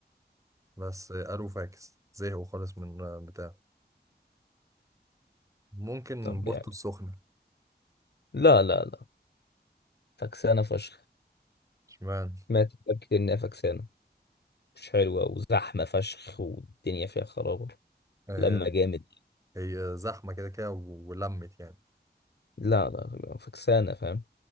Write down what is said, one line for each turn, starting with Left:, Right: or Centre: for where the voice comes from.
Right: بس قالوا فاكس زهقوا خالص من بتاع ممكن
Left: طب
Right: بورتو
Left: يعني
Right: السخنة
Left: لا لا لا فكسانة فشخ
Right: اشمعنى
Left: ماتت كتير انها فكسانة مش حلوة وزحمة فشخ والدنيا فيها خرابة
Right: آه،
Left: لما جامد
Right: هي زحمة كده كده ولمت يعني
Left: لا لا فكسانة فاهم